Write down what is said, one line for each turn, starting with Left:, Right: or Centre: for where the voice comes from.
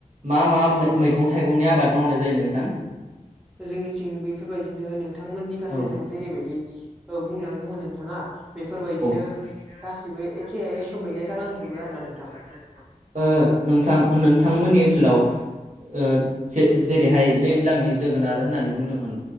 Right: मा-मा
Centre: औ
Right: मैगं-थाइगंनि आबाद मावनाय जायो नोंथां।
Centre: जोंनिथिं बैफोरबायदिनो नोंथांमोननि गामिजों
Right: औ
Centre: जेरैबायदि ओ बुंलांदोंमोन नोंथाङा‌ बेफोरबायदिनो।
Right: बेफोरबायदिनो
Centre: गासिबो
Right: गासिबो
Centre: एखे रोखोमैनो
Right: एखे
Centre: जालांजोबो
Right: रोखोमैनो
Centre: आरोना
Right: जालांजोबो
Centre: नोंथां
Right: आरो ना नोंथां। ओ नोंथां नोंथांमोननि ओनसोलाव
Centre: औ
Right: ओ जे जेरैहाय दैज्लांनि जोगोनार होननानै बुंदोंमोन